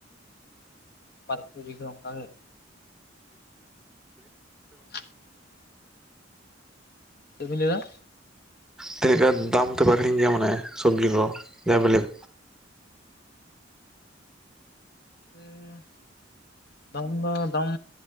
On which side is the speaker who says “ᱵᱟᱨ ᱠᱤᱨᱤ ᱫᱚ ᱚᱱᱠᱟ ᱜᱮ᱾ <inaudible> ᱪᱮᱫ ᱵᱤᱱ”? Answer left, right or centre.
Left